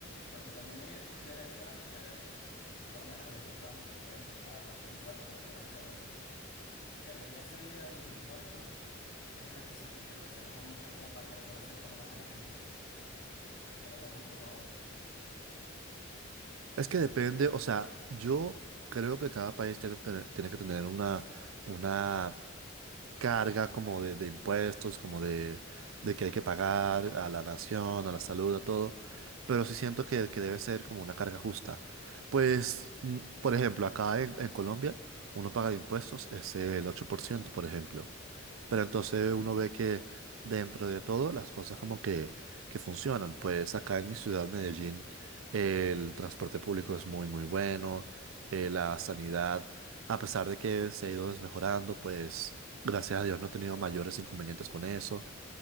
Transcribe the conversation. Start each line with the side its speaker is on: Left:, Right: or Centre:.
Left: porque también hay derechas que, por lo menos ahorita Trump, que ha im- ha puesto impuestos y aranceles, pero ya esa idea de los impuestos es de las que se, creo que se alejó mucha gran parte de la población, por lo menos en Argentina, que lo veían como un robo.
Right: es que depende, o sea, yo creo que cada país tiene, que tener tiene que tener una, una carga como de, de impuestos, como de, de que hay que pagar a la nación, a la salud, a todo, pero sí siento que, que debe ser como una carga justa. Pues, mm, por ejemplo, acá en, en Colombia uno paga de impuestos es el 8% por ejemplo. Pero entonces
Left: Ujú.
Right: uno ve que dentro de todo las cosas como que, que funcionan. Pues acá en mi ciudad, Medellín, el transporte público es muy, muy bueno. eh, la sanidad, a pesar de que se ha ido desmejorando, pues gracias a Dios no he tenido mayores inconvenientes con eso.